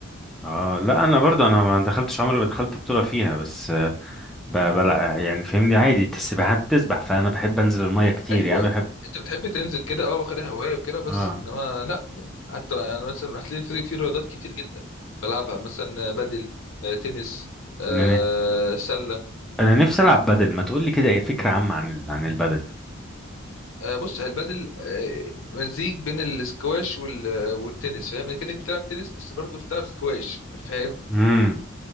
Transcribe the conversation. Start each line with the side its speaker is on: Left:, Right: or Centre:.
Centre: آه لا أنا برضه أنا ما دخلتش عمري ما دخلت بطولة فيها بس آه، ب... بلع يعني فاهمني عادي أنت السباحة بتسبح فأنا بحب أنزل المية كتير
Left: ايوه
Centre: يعني أنا بحب
Left: انت بتحب تنزل كده اه واخدها هوايه وكده بس
Centre: آه
Left: انما لا يعني حتى انا مثلا هتلاقي في في رياضات كتير جدا بلعبها مثلا بدل آه، تنس آه،
Centre: إن أنا
Left: سله
Centre: أنا نفسي ألعب بدل ما تقول لي كده إيه فكرة عامة عن ال... عن البدل
Left: آه، بص هي البدل آه، مزيج بين الاسكواش وال- آه، والتنس فاهم كده بتلعب تنس بس برضه بتلعب سكواش فاهم
Centre: مم.